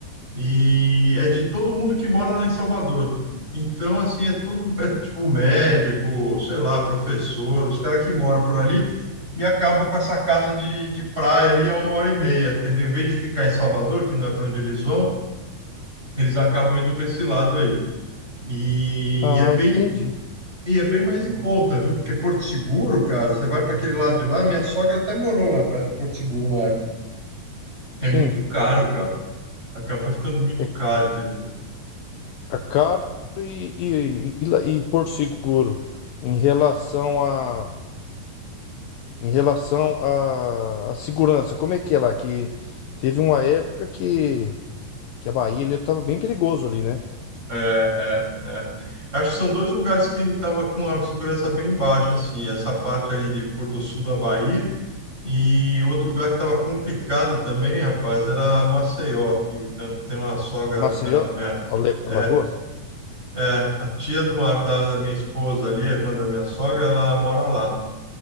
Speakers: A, on the right (about 15°); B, on the left (about 75°).
A: E é de todo mundo que mora lá em Salvador. Então, assim, é todo, é, tipo, médico, sei lá, professor, os caras que moram por ali e acabam com essa casa de, de praia ali a uma hora e meia, entendeu? Em vez de ficar em Salvador, que não é para onde eles vão, eles acabam indo para esse lado aí. E,
B: Ah,
A: e é bem,
B: entendi.
A: e é bem mais em conta, viu? Porque Porto Seguro, cara, você vai para aquele lado de lá, minha sogra até morou lá perto de Porto Seguro uma época. É
B: Sim.
A: muito caro, cara. Acaba ficando muito
B: É
A: caro, entendeu?
B: a Caro e, e, e, La- e Porto Seguro. Em relação a, em relação a, a segurança, como é que é lá? Que teve uma época que, que a Bahia estava bem perigoso ali, né?
A: É, é, é. Acho que são dois lugares que estava com a segurança bem baixa, assim, essa parte ali de pôr do sul da Bahia e outro lugar que estava complicado também, rapaz, era Maceió, que né, tem uma sogra,
B: Maceió,
A: né, a minha,
B: Ale-
A: é,
B: Alagoas?
A: é, a tia de uma, da, da minha esposa ali, a irmã da minha sogra, ela mora lá.